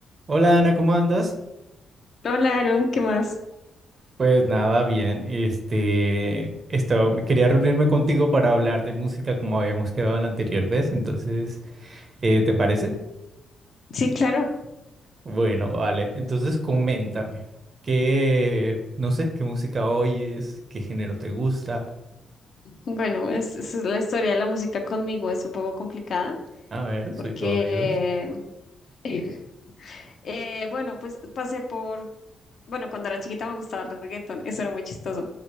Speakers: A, on the right; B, on the left.
A: Hola Ana, ¿cómo andas?
B: Hola, Aaron, ¿qué más?
A: Pues nada, bien. Este, estaba- quería reunirme contigo para hablar de música como habíamos quedado la anterior vez. Entonces, eh, ¿te parece?
B: Sí, claro.
A: Bueno, vale. Entonces, coméntame. ¿Qué, no sé, qué música oyes? ¿Qué género te gusta?
B: Bueno, es, es la historia de la música conmigo, es un poco complicada
A: A ver,
B: porque,
A: soy todo oídos.
B: Sí. eh, bueno, pues pasé por, bueno, cuando era chiquita me gustaba el reggaetón, eso era muy chistoso.